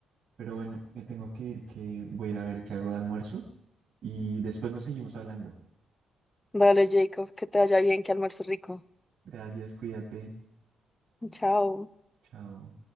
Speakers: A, on the right; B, on the left.
A: Pero bueno, me tengo que ir, que voy a ir a ver qué hago de almuerzo y después nos seguimos hablando.
B: Vale, Jacob, que te vaya bien, que almuerzo rico.
A: Gracias, cuídate.
B: Chao.
A: Chao.